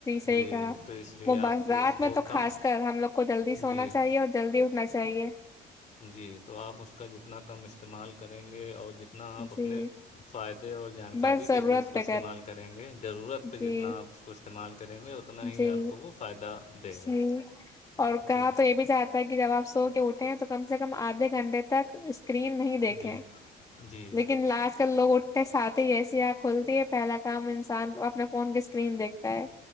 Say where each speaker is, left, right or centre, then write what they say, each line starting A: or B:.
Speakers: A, on the left; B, on the left.
A: صحیح
B: جی
A: کہا
B: تو اس لیے
A: وہ
B: آپ کو
A: رات
B: اس کو
A: میں تو
B: کم
A: خاص کر ہم لوگ کو جلدی سونا
B: جی
A: چاہیے اور جلدی اٹھنا چاہے
B: جی تو آپ اس کا جتنا کم استعمال کریں گے اور جت اتنا آپ اپنے
A: جی
B: فائدے اور جانکاری
A: بس ضرورت
B: کے لیے اس کو
A: پہ
B: استعمال کریں گے ضرورت پہ
A: جی
B: جتنا آپ کو استعمال کریں گے اتنا ہی
A: جی
B: آپ کو وہ فائدہ دے
A: جی
B: گا
A: اور کہا
B: جی
A: تو یہ بھی چاہتا کہ جب آپ سو کے اٹھے تو کم سے کم آدھے گھنٹے تک اسکرین نہیں دیکھیں
B: جی جی
A: لیکن لاسٹ <unintelligible> لوگ اٹھے ساتھ جیسے آنکھ کھلتی ہے پہلا کام انسان اپنے فون کی اسکرین دیکھتا ہے